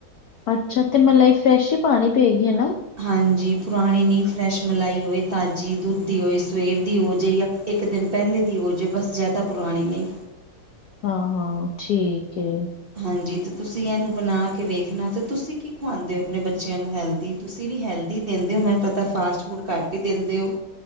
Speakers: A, on the left; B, on the right.
A: ਅੱਛਾ, ਤੇ ਮਲਾਈ ਫਰੈਸ਼ ਹੀ ਪਾਣੀ ਪਏਗੀ ਹਨਾ।
B: ਹਾਂਜੀ ਪੁਰਾਣੀ ਨਹੀਂ ਫਰੈਸ਼ ਮਲਾਈ ਹੋਏ ਤਾਜ਼ੀ ਦੁੱਧ ਦੀ ਹੋਏ। ਸਵੇਰ ਦੀ ਹੋ ਜੇ ਇੱਕ ਦਿਨ ਪਹਿਲੇ ਦੀ ਉਹਜੇ ਬਸ ਜ਼ਿਆਦਾ ਪੁਰਾਣੀ ਨਹੀਂ।
A: ਹਾਂ-ਹਾਂ, ਠੀਕ ਏ।
B: ਹਾਂਜੀ ਤੇ ਤੁਸੀ ਇਹਨੂੰ ਬਣਾ ਕੇ ਵੇਖਣਾ ਤੇ ਤੁਸੀਂ ਕੀ ਖਵਾਦੇ ਹੋ ਆਪਣੇ ਬੱਚਿਆਂ ਨੂੰ ਹੈਲਦੀ। ਤੁਸੀ ਵੀ ਹੈਲਦੀ ਦਿੰਦੇ ਹੋ ਮੈਨੂੰ ਪਤਾ ਫਾਸਟ ਫੂਡ ਘੱਟ ਹੀ ਦਿੰਦੇ ਹੋ।